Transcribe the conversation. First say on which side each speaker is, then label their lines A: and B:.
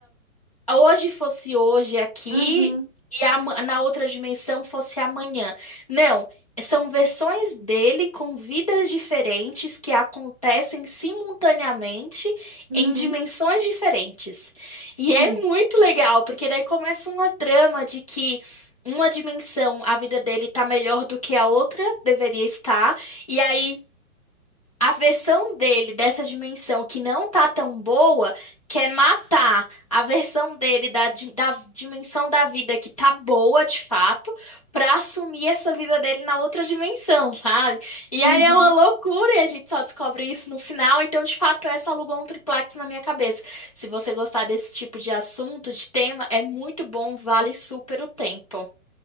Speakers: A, on the left (about 25°); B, on the right (about 35°).
A: hoje fosse hoje aqui
B: Uhum.
A: e ama- na outra dimensão fosse amanhã. Não, são versões dele com vidas diferentes que acontecem simultaneamente
B: Uhum.
A: em dimensões diferentes. E
B: Sim.
A: é muito legal, porque daí começa uma trama de que Uma dimensão, a vida dele tá melhor do que a outra deveria estar, e aí a versão dele dessa dimensão que não tá tão boa quer matar a versão dele da, di- da dimensão da vida que tá boa de fato pra assumir essa vida dele na outra dimensão, sabe? E
B: Uhum.
A: aí é uma loucura e a gente só descobre isso no final. Então, de fato, essa alugou um triplex na minha cabeça. Se você gostar desse tipo de assunto, de tema, é muito bom, vale super o tempo.